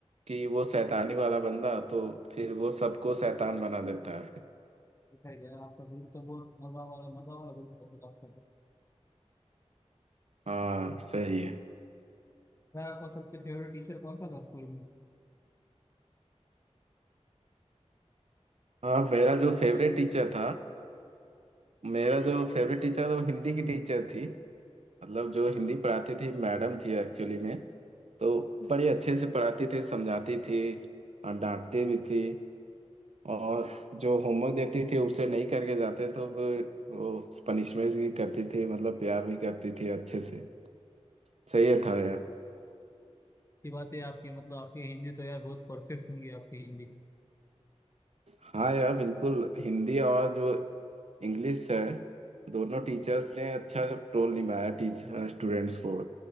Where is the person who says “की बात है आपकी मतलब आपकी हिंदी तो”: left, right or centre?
Left